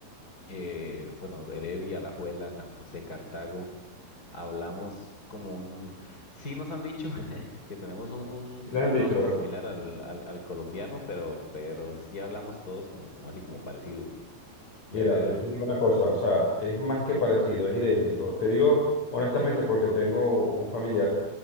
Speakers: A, on the left; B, on the left.
A: eh, bueno, Heredia, Alajuela, San José, Cartago, hablamos como un... Sí nos han dicho <laughs> que tenemos un, un-
B: Sí, les
A: un
B: han dicho,
A: tono
B: ¿verdad?
A: similar al, al, al colombiano, pero, pero sí hablamos todos como, como así, como parecido. Ya
B: Mira,
A: es...
B: yo te digo una cosa, o sea, es más que parecido, es idéntico. Te digo honestamente porque tengo un familiar